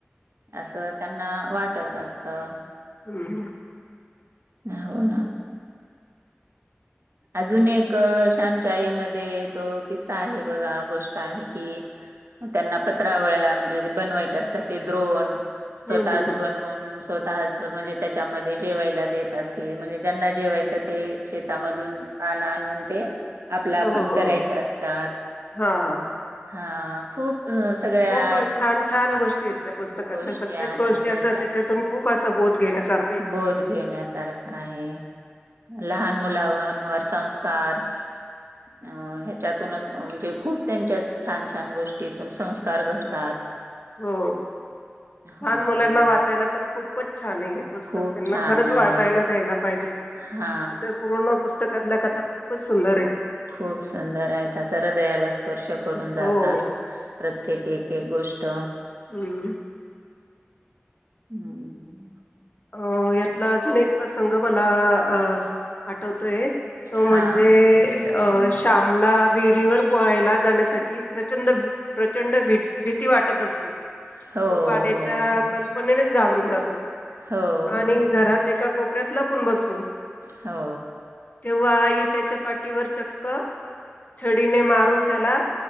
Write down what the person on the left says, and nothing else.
हम्म हम्म.
हम्म
हो हो
हां हां
खूप छान छान गोष्टी आहेत त्या पुस्तकातल्या
सगळ्याच
गोष्टी
असं त्याच्यातून खूप असं बोध घेण्यासार
हो, लहान
मुलांना वाचायला तर खूपच छान आहे हे पु स्तक
त्यांना
खरंच
वाचायला द्यायला पाहिजे.
त्याच्या पूर्ण पुस्तकातल्या कथा खूपच सुंदर आहेत.
हो
हम्म.
अ यातला अजून एक प्रसंग मला अ स वा टवतोय, तो म्हणजे
अ श्यामला विहिरीवर पोहायला जाण्यासाठी प्रचंड प्रचंड भी भीती वाटत असते. तो
पाण्याच्या
कल्पनेनेच घाबरून जातो.
आणि
घरात
एका कोपऱ्यात लपून बसतो.
तेव्हा आई त्याच्या पाठीवर चक्क छडीने मारून त्याला